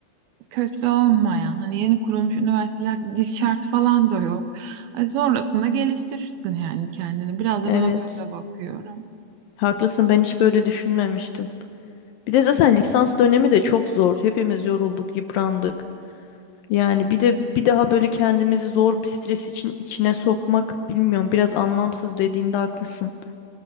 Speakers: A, on the right (about 75°); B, on the left (about 75°).
A: köklü olmayan hani yeni kurulmuş üniversitelerde dil şartı falan da yok. Ay, sonrasında geliştirirsin yani kendini. Biraz da
B: Evet.
A: ben o gözle bakıyorum.
B: Haklısın ben hiç böyle düşünmemiştim. Bir de zaten lisans dönemi de çok zor. Hepimiz yorulduk, yıprandık. Yani bir de bir daha böyle kendimizi zor bir stres için içine sokmak bilmiyorum biraz anlamsız dediğinde haklısın.